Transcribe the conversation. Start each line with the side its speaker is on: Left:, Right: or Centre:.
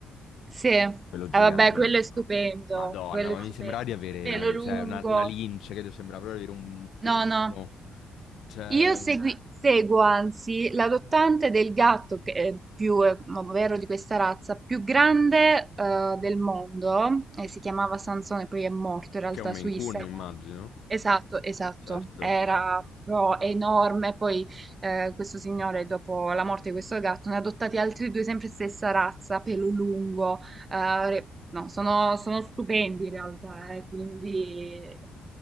Right: Sì, ah,
Left: quello gigantesco.
Right: vabbè, quello è stupendo,
Left: Madonna,
Right: quello
Left: ma
Right: è
Left: mi
Right: stupendo,
Left: sembrava di avere,
Right: il pelo lungo.
Left: cioè, una, una lince, credo, sembrava proprio di avere un felino.
Right: No, no,
Left: Cioè,
Right: io segui- seguo anzi l'adottante del gatto che è più, eh, ovvero di questa razza, più grande eh, del mondo, e si chiamava Sansone, poi è morto in realtà
Left: che è un Maine
Right: su Instagram.
Left: Coon, immagino.
Right: Esatto, esatto,
Left: Certo.
Right: era proprio enorme, poi eh, questo signore dopo la morte di questo gatto ne ha adottati altri due, sempre stessa razza, pelo lungo, eh, re- no, sono, sono stupendi in realtà, eh, quindi